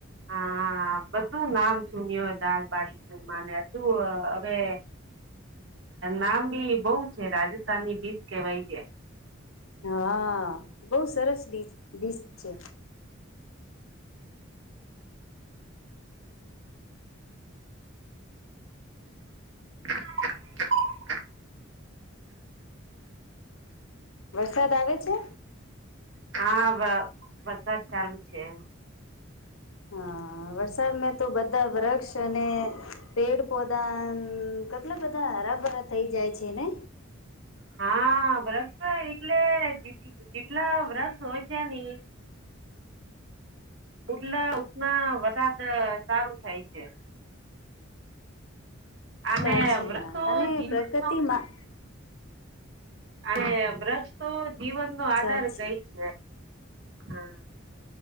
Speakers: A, on the right; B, on the left.
A: હા બધું નામ સુન્યું હો દાલ બાડી ચુરમાને શું હવે. નામ બી બહુ છે રાજસ્થાનની બીચ કેવાય છે.
B: હા બહ સરસ ડીશ છે.
A: <inaudible>
B: વરસાદ આવે છે.
A: હા વરસાદ ચાલુ છે.
B: હા વરસાદમાં તો બધા વૃક્ષ અને. પેડ પૌધા કેટલા બધા હરાભરા થઈ જાય છે ને.
A: હા વ્રક્ષ એટલે જેટલા વ્રક્ષ હોય છે ની. એટલે ઉષ્મા વરસાદ સારું થાય છે. અને
B: સાચી
A: વૃક્ષ
B: વાત
A: તો
B: અને
A: જીવન
B: પ્રગતિમાં.
A: અને વૃક્ષ તો જીવન નો આધાર
B: સાચી
A: કઈ છે હ.